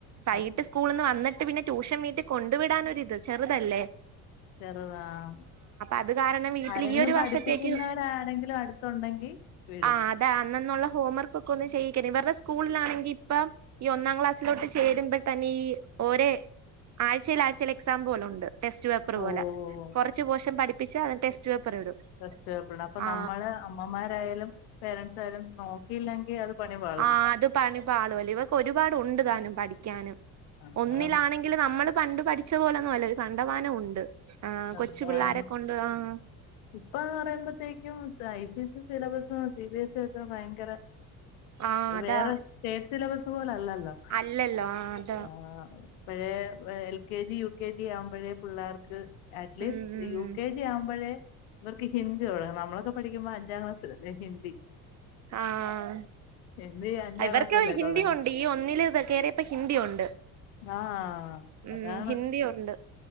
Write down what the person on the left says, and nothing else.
ആഹ്
ചെറ്ത് ആഹ്.
ആരെങ്കിലും
പഠിപ്പിക്കുന്നവര്
ത്താരെങ്കിലു അടുത്തുണ്ടെങ്കി വിട്.
ഓഹ്
ടെസ്റ്റ്‌ പേപ്പറിടും. അപ്പൊ
നമ്മള് അമ്മമാരായാലും പേരന്റ്സ് ആയാലും നോക്കിയില്ലെങ്കി അത് പണി പാളും
അതാണ്
എന്താണ്
ഇപ്പന്ന് പറയുമ്പോത്തേക്കും ഐ സി സി സിലബസും സി ബി എസ് സി ഒക്കെ ഭയങ്കര
വേറെ സ്റ്റേറ്റ് സിലബസ് പോല അല്ലല്ലോ.
ആഹ് ഇപ്പഴേ L K G, U K G ആവുമ്പോഴേ പിള്ളേർക്ക് അറ്റ്ലീസ്റ്റ്
യു കെ ജി ആവുമ്പഴേ ഇവർക്ക് ഹിന്ദി തൊടങ്ങു. നമ്മളൊക്കെ പഠിക്കുമ്പോ അഞ്ചാം ക്ലാസ്സില്. പിന്നെ ഹിന്ദി.
ഹിന്ദി അഞ്ചാം
ക്ലാസ്സല്ലേ
തൊടങ്ങ്
ആഹ്
അതാണ്